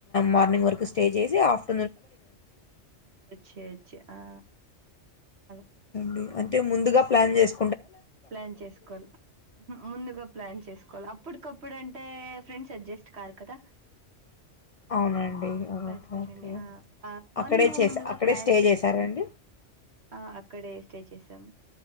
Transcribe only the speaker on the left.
మార్నింగ్ వరకు స్టే చేసి ఆఫ్టర్
అండి అంటే ముందుగా ప్లాన్ చేస్
అవునండి ఓకే.
ఓకే.
అక్కడే
చేసా
అక్కడే
స్టే
జేసారా అండి?